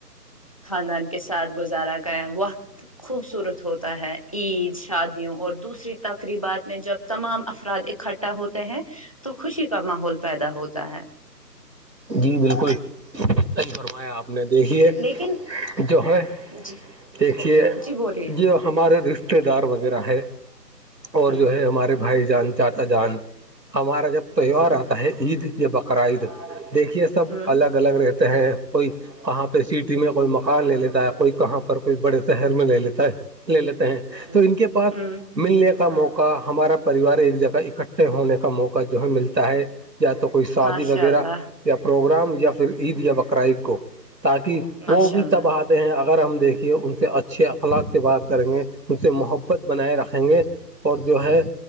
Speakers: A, on the left; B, on the right.
A: خاندان کے ساتھ گزارا گیا وقت خوبصورت ہوتا ہے عید شادیوں اور دوسری تقریبات میں جب تمام افراد اکٹھا ہوتے ہیں تو خوشی کا ماحول پیدا ہوتا ہے
B: جی بالکل صحیح فرمایا آپ نے دیکھیے
A: لیکن
B: جو ہے
A: جی
B: دیکھیے
A: جی بولیے
B: جو ہمارے رشتے دار وغیرہ ہے اور
A: ہوں
B: جو ہے ہمارے بھائی جان چاچا جان ہمارا جب تہوار
A: بالکل
B: آتا ہے عید یا بقر عید دیکھیے سب
A: ہوں
B: الگ الگ رہتے ہیں کوئی کہاں پہ سٹی میں کوئی مکان لے لیتا ہے کوئی کہاں پر کوئی بڑے شہر میں لے لیتا ہے لے لیتے ہیں
A: بالکل
B: تو ان کے پاس
A: ہوں
B: ملنے کا موقع ہمارا پریوار ایک جگہ اکٹھے ہونے کا موقع جو ہے ملتا ہے یا تو کوئی شادی
A: ماشاء
B: وغیرہ
A: اللہ
B: یا پروگرام یا پھر عید یا بقرعید کو تاکہ
A: ماشاء
B: وہ بھی
A: اللہ
B: تبہات ہیں اگر ہم دیکھیے ان سے اچھے اخلاق سے بات کریں گے ان سے محبت بنائے رکھیں گے اور جو ہے